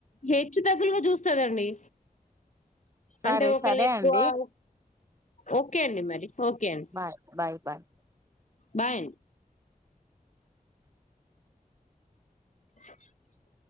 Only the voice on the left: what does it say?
హెచ్చు తగ్గులుగా చూస్తాదండి
అంటే ఒకళ్ళు
ఎక్కువ
ఒక్ ఓకే అండి మరి ఓకే అండి
బాయ్ <inaudible>